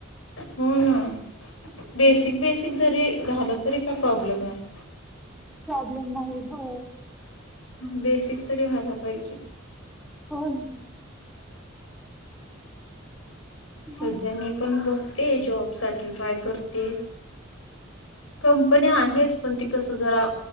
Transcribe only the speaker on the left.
हो ना बेसिक बेसिक जरी झालं तरी काय प्रॉब्लेम नाही?
बेसिक तरी व्हायला पाहिजे.
सध्या मी पण बघतेए जॉब साठि ट्राय करते. कंपन्या आहेत, पण ते कस जरा